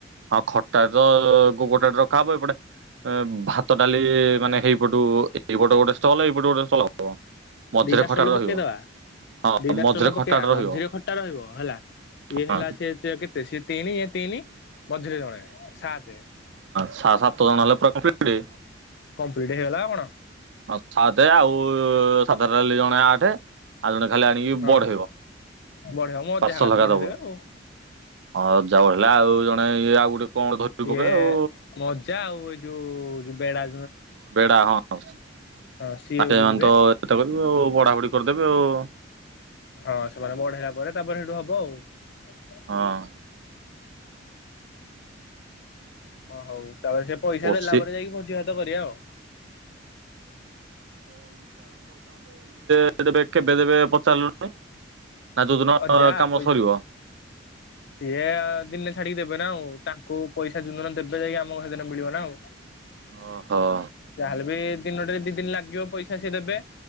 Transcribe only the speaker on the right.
ହଁ ଖଟା ତ ଗୋଟା ଥି ରଖା ହବ ଏଇପଟେ ଏ ଭାତ ଡାଲି ମାନେ ହେଇପଟୁ ଏଇପଟେ ଗୋଟେ ଷ୍ଟଲ୍ ଏଇପଟେ ଗୋଟେ ଷ୍ଟଲ୍ ହବ। ମଝିରେ
ଖଟାଟେ
ରହିବ
ହଁ
ମଝିରେ
ଖଟାଟେ ରହିବ।
ହଁ
ସା ସାତ ଜଣ ହେଲା ପୁରା କଂପ୍ଲିଟ୍।
ଆଉ ସାତେ ଆଉ ସାଧା ରହିଲେ ଜଣେ ଆଠେ। ଆଉ ଜଣେ ଖାଲି ଆଣିକି
ବଡ ହେବ
ପାର୍ଶ
ଲଗା
ଦବ
ହଁ ଯାଉ ହେଲା ଆଉ ଜଣେ ଇଏ ଆଉ ଗୋଟେ କଣ ଧରି
ପକେଇବେ ଆଉ
ବେଡା ହଁ ତ
ଏତେ
କରିବେ ଆଉ ବଢାପଢି କରିଦେବେ ଆଉ।
ହଁ।
ପଶି
କେବେ ଦେବେ କେବେ ଦେବେ ପଚାରିଲୁନି ନା ଯୋଉଦିନ
ଅ କାମ
ସରିବ।
ଓହୋ